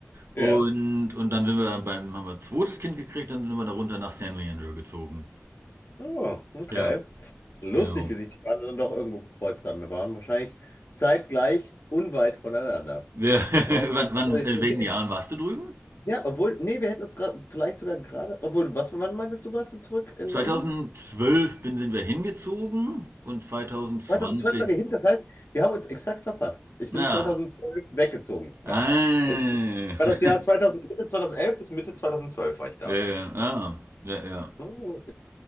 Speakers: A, on the left; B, on the right.
A: ja.
B: Und, und dann sind wir beim, haben wir ein zweites Kind gekriegt, dann sind wir da runter nach San Leandro gezogen.
A: Oh, okay.
B: Ja,
A: Lustig,
B: genau.
A: wie sich die Pfade dann doch irgendwo gekreuzt haben. Wir waren wahrscheinlich zeitgleich unweit voneinander.
B: Wer, <laughs>
A: Aber
B: wann, wann,
A: also
B: in
A: ich,
B: welchen Jahren warst du drüben?
A: <laughs> ja, obwohl, nee, wir hätten uns gerade, vielleicht sogar gerade, obwohl, was, wann meintest du, warst du zurück in
B: 2012
A: Berlin?
B: bin, sind wir hingezogen und 2020,
A: 2012 seid ihr hin, das heißt, wir haben uns exakt verpasst. Ich
B: na,
A: bin 2012 weggezogen da.
B: Ah.
A: Ich
B: <laughs>
A: war das Jahr 2000, Mitte 2011 bis Mitte 2012 war ich da.
B: Ja, ja, ah. Ja, ja.
A: Hm,